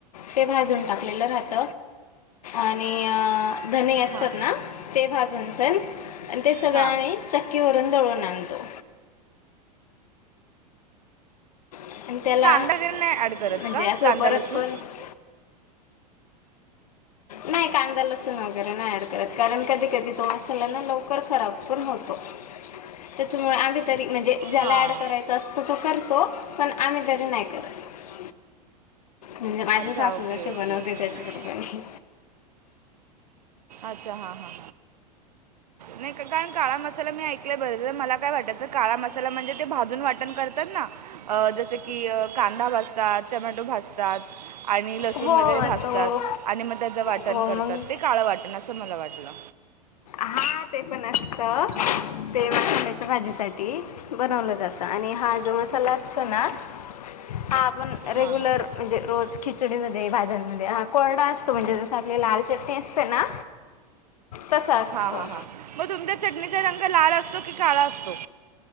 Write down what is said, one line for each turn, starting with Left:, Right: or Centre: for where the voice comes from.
Left: ते भाजून टाकलेलं राहत आणि अ धने असतात
Right: हां
Left: ना ते भाजायच आणि ते सगळं
Right: हां
Left: आम्ही चक्की वरून दळून आणतो आणि त्याला
Right: कांदा वगैरे नाही ऍड करत
Left: म्हणजे
Right: का
Left: असं
Right: कांदा
Left: परत
Right: लसूण
Left: परत नाही कांदा लसूण वगैरे नाही ऍड करत कारण कधी- कधी तो मसाला ना लवकर खराब पण होतो त्याच्यामुळे आम्ही तरी म्हणजे ज्याला
Right: हां
Left: ऍड करायचं असतो तो करतो पण आम्ही तरी नाही करत म्हणजे माझी
Right: अच्छा
Left: सासू
Right: ओके
Left: जशी
Right: ओके
Left: बनवते
Right: ओके
Left: त्याच्या कृपनी.
Right: आच्छा हां हां. नाही का कारण काळा मसाला मी ऐकलंय बरेच वेळा, तर मला काय वाटयचं काळा मसाला म्हणजे ते भाजून वाटण कर तर ना अं जसे की अं कांदा भाजतात टमॅटो भाजतात आणि लसूण
Left: हो
Right: वगैरे
Left: मग
Right: भाजतात
Left: तो
Right: आणि मग त्याचं वाटण
Left: हो
Right: करतात.
Left: मग
Right: ते काळं वाटत ण असं मला वाटलं.
Left: हा ते पण असतं ते अं चन्याच्या भाजीसाठी बनवलं जातं आणि हा जो मसाला असतो ना, हा आपण रेग्युलर
Right: हां हां
Left: म्हणजे रोज खिचडीमध्ये भाज्यांमध्ये हा कोरडा असतो म्हणजे जसं आपली लाल चटणी असते ना तसा असतो
Right: हा हा हा मग तुमच्या चटणीचा रंग लाल असतो की काळा असतो?